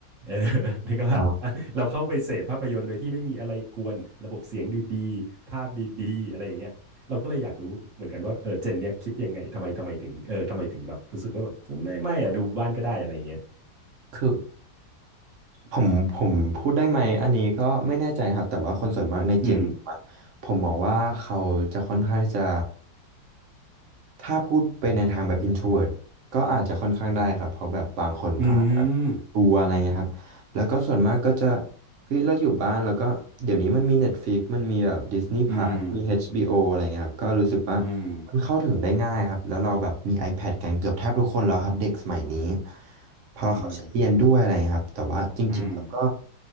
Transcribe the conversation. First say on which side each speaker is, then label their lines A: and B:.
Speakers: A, on the right; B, on the right.
A: เออ <laughs> นี่ก็ว่า
B: อ่า
A: เราเข้าไปเสพภาพยนตร์โดยที่ไม่มีอะไรกวนระบบเสียงดีๆภาพดีๆอะไรอย่างเงี้ย เราก็เลยอยากรู้เหมือนกันว่าเออเจนเนี่ยคิดยังไงทำไมทำไมถึงเออทำไมถึงแบบรู้สึกว่าแบบไม่ไม่อะดูบ้านก็ได้อะไรอย่างเงี้ย
B: คือผมผมพูดได้ไหมอันนี้ก็ไม่แน่ใจครับแต่ว่าคนส่วนมากในเจนผมอะผมมองว่าเขาจะค่อนข้างที่จะ
A: อืม
B: ถ้าพูดไปในทางแบบ introvert ก็อาจจะค่อนข้างได้ครับเพราะแบบบางคนก็
A: อืม
B: ดูอะไรเงี้ยครับแล้วก็ส่วนมากก็จะเฮ้ยเราอยู่บ้านแล้วก็เดี๋ยวนี้มันมี Netflix มันมีแบบ Disney
A: อืม
B: Plus มี HBO อชบีโออะไรเงี้ยครับก็รู้สึกว่า
A: อืม
B: มันเข้าถึงได้ง่ายครับแล้วเราแบบมี iPad กันเกือบแทบทุกคนแล้วครับเด็กสมัยนี้เพราะเขาใช้เรียนด้วยอะไรเงี้ยครับแต่ว่าจริงๆแล้วก็
A: อืมอืม